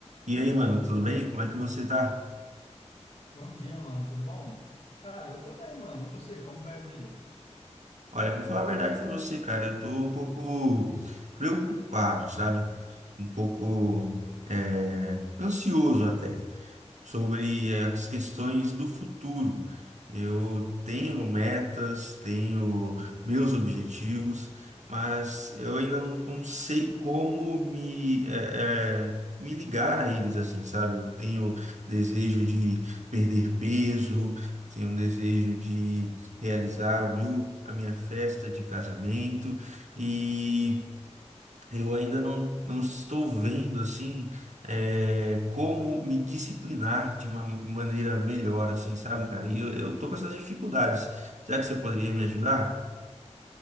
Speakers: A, on the right; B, on the left.
A: E aí, mano, tudo bem? Como é que você tá?
B: Bom dia, mano. Tudo bom? Cara, eu tô bem, mano. E você, como vai a vida?
A: Olha, vou falar a verdade pra você, cara. Eu tô um pouco preocupado, sabe? Um pouco é, ansioso até. sobre as questões do futuro. Eu tenho metas, tenho meus objetivos, mas eu ainda não, não sei como me, eh, eh, me ligar a eles, assim, sabe? Eu tenho desejo de perder peso, eu tenho um desejo de realizar o meu, a minha festa de casamento e. Eu ainda não, não estou vendo assim é, como me disciplinar de uma maneira melhor, assim, sabe, cara? E eu, eu tô com essas dificuldades. Será que você poderia me ajudar?